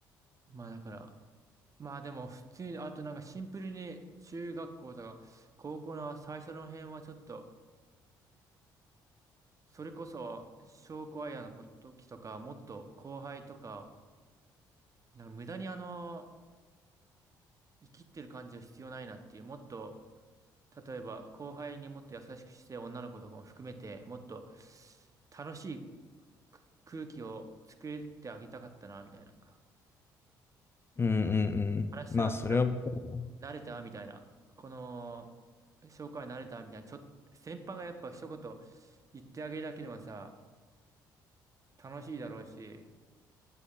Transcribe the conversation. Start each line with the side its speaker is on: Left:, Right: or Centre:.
Right: まあ、だから、まあでも、普通に、あとなんかシンプルに中学校とか、高校の最初の辺はちょっと、それこそ、証クアイーの時とか、もっと後輩とか、なんか無駄にあの、生きってる感じは必要ないなっていう、もっと、例えば後輩にもっと優しくして女の子とかも含めて、もっと楽しいく空気を作ってあげたかったな、みたいな。
Left: うんうんうん。
Right: 話した
Left: まあ、それはわかる
Right: 慣れたみたいな。この、紹介慣れたみたいな。ちょっと、先輩がやっぱ一言言ってあげるだけでもさ、楽しいだろうし、